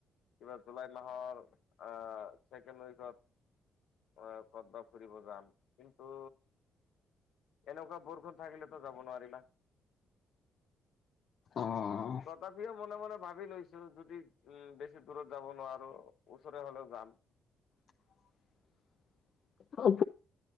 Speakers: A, on the left; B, on the left.
A: কিবা জুলাই মাহৰ, আহ ছেকেণ্ড উইকত অ ক'তবা ফুৰিব যাম কিন্তু এনেকুৱা বৰষুন থাকিলেতো যাব নোৱাৰি না,,
B: অ
A: তথাপিও মনে মনে ভাবি লৈছো যদি উম বেছি দূৰত যাব নোৱাৰো ওচৰে হলেও যাম।
B: অ <unintelligible> অ